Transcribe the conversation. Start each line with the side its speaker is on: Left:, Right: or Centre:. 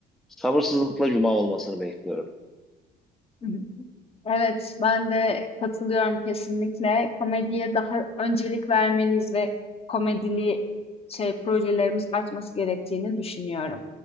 Centre: Sabırsızlıkla cuma olmasını bekliyorum.
Left: <laughs> Evet, ben de katılıyorum kesinlikle. Komediye daha öncelik vermeliyiz ve komedili şey projelerimiz artması gerektiğini düşünüyorum.